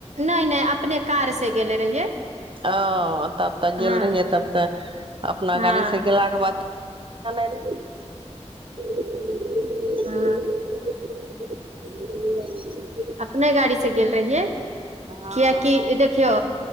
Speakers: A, on the right; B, on the right.
A: नै नै अपने कार से गेले रहियै
B: ओ तब तऽ गेल
A: हँ
B: रहिये तब तऽ अपना
A: हँ
B: गाड़ी से गेलाक के बाद आ <unintelligible> <unintelligible>
A: हँ अपने गाड़ी से गेल रहियै
B: हँ
A: कियाकि देखियौ